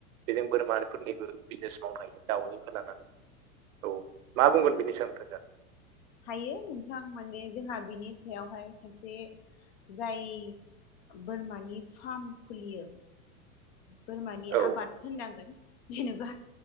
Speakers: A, on the right; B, on the left.
A: बेजों बोरमाफोरनिबो बिजनेस मावनो हायो दाउनिफ्राय लानानै औ। मा बुंगोन
B: नंगौ
A: बिनि सायाव नोंथाङा दा?
B: हायो नोंथां माने जोंहा बिनि सायावहाय सासे जाय बोरमानि फार्म खुलियो। बोरमानि
A: औ
B: आबाद होननांगोन जेनेबा